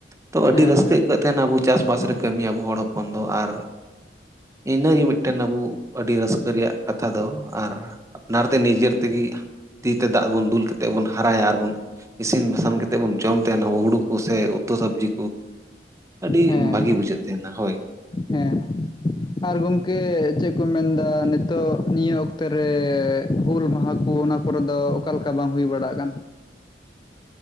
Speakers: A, on the right; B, on the left.
A: ᱛᱚ ᱟᱹᱰᱤ
B: ᱦᱮᱸ
A: ᱨᱟᱹᱥᱠᱟᱹ ᱟᱹᱭᱠᱟᱹᱜ ᱛᱟᱦᱮᱱᱟ ᱟᱵᱚ ᱪᱟᱥ ᱵᱟᱥ ᱨᱮ ᱠᱟᱹᱢ ᱟᱵᱚ ᱦᱚᱲ ᱦᱚᱯᱚᱱ ᱫᱚ ᱟᱨ ᱤᱱᱟᱹ ᱜᱮ ᱢᱤᱫ ᱴᱮᱱ ᱟᱵᱚ ᱟᱹᱰᱤ ᱨᱟᱹᱥᱠᱟᱹ ᱨᱮᱭᱟᱜ ᱠᱟᱛᱷᱟ ᱫᱚ ᱟᱨ ᱟᱯᱱᱟᱨ ᱛᱮ ᱱᱤᱡᱮᱨ ᱛᱮᱜᱮ ᱛᱤ ᱛᱮ ᱫᱟᱜ ᱵᱚᱱ ᱫᱩᱞ ᱠᱟᱛᱮᱫ ᱵᱚᱱ ᱦᱟᱨᱟᱭᱟ ᱟᱨ ᱵᱚᱱ ᱤᱥᱤᱱ ᱵᱟᱥᱟᱝ ᱠᱟᱛᱮᱫ ᱵᱚᱱ ᱡᱚᱢ ᱛᱟᱦᱮᱱᱟ ᱦᱩᱲᱩ ᱠᱚ ᱥᱮ ᱩᱛᱩ ᱥᱚᱵᱽᱡᱤ ᱟᱹᱰᱤ
B: ᱦᱮᱸ
A: ᱵᱷᱟᱹᱜᱮ ᱵᱩᱡᱷᱟᱹᱜ ᱛᱟᱦᱮᱱᱟ ᱦᱳᱭ
B: ᱦᱮᱸ ᱟᱨ ᱜᱚᱝᱠᱮ ᱪᱮᱫ ᱠᱚ ᱢᱮᱱᱫᱟ ᱱᱤᱛᱚᱜ ᱱᱤᱭᱟᱹ ᱚᱠᱛᱮ ᱨᱮ ᱦᱩᱞ ᱢᱟᱦᱟ ᱠᱚ ᱚᱱᱟ <unintelligible> ᱫᱚ ᱚᱠᱟ ᱞᱮᱠᱟ ᱵᱟᱝ ᱦᱩᱭ ᱵᱟᱲᱟᱜ ᱠᱟᱱ